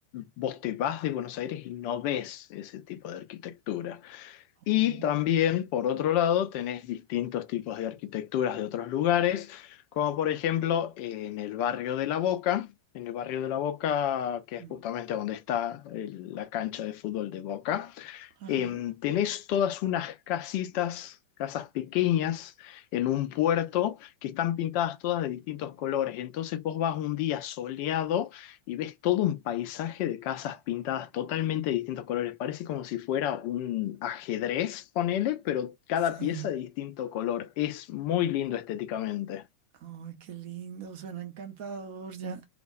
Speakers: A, on the left (about 45°); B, on the right (about 45°).
A: vos te vas de Buenos Aires y no ves ese tipo de arquitectura. Y
B: Oh,
A: también, por otro lado, tenés distintos tipos de arquitecturas de otros lugares, como por ejemplo en el barrio de La Boca, en el barrio de La Boca, que es
B: mm,
A: justamente donde está el- la cancha de fútbol de Boca
B: Ajá.
A: em, tenés todas unas casitas, casas pequeñas en un puerto que están pintadas todas de distintos colores. Entonces vos vas un día soleado y ves todo un paisaje de casas pintadas totalmente de distintos colores. Parece como si fuera un ajedrez, ponele, pero cada
B: Sí.
A: pieza de distinto color. Es muy lindo estéticamente.
B: Ay, qué lindo, suena encantador. Ya,